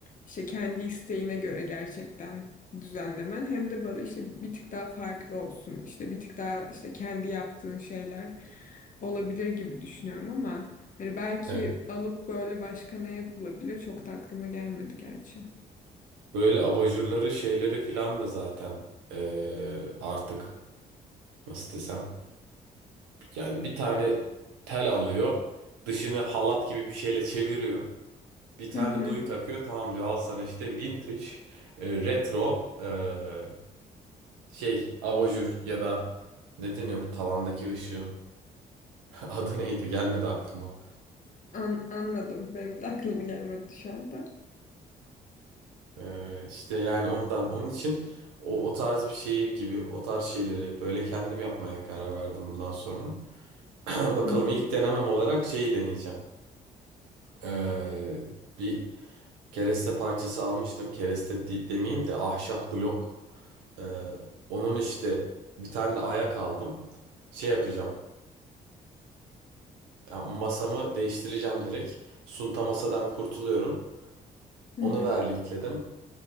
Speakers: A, on the left (about 40°); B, on the right (about 75°).
A: işte kendi isteğine göre gerçekten düzenlemen hem de böyle işte bir bir tık daha farklı olsun. İşte bir tık daha işte kendi yaptığın şeyler olabilir gibi düşünüyorum ama hani belki
B: Evet.
A: alıp böyle başka ne yapılabilir çok da aklıma gelmedi gerçi.
B: böyle abajurları şeyleri filan da zaten eee, artık nasıl desem yani bir tane tel alıyor dışını halat gibi bir şeyle çeviriyor. Bir tane
A: Hı hı.
B: duyu takıyor tamam diyor al sana işte vintage eee, retro eee, şey abajur ya da ne deniyor bu tavandaki ışığın <laughs> Adı neydi? Gelmedi aklıma.
A: An anladım. Benim de aklıma gelmedi şu anda.
B: Ee, işte yani ondan. Onun için o, o tarz bir şey gibi o tarz şeyleri böyle kendim yapmaya karar verdim bundan sonra. <clears throat> Bakalım
A: Hı hı.
B: ilk denemem olarak şeyi deneyeceğim. Ee, bir kereste parçası almıştım. Kereste de- demeyeyim de ahşap blok. Ee, onun işte bir tane de ayak aldım. Şey yapacağım. Yani masamı değiştireceğim direkt. Sunta masadan kurtuluyorum.
A: Hı
B: Onu
A: hı.
B: vernikledim.